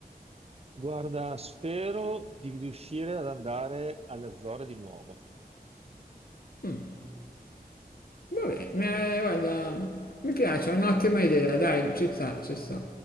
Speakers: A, on the right; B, on the left.
A: Guarda, spero di riuscire ad andare alle Azzorre di nuovo.
B: Mm, vabbè, mi- guarda, mi piace, è un'ottima idea, dai, ci sta, ci sta.